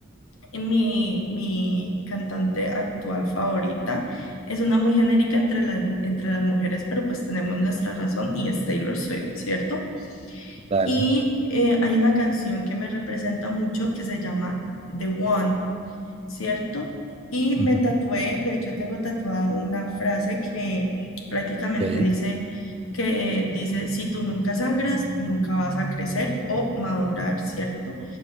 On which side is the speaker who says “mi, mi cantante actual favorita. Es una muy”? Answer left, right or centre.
Left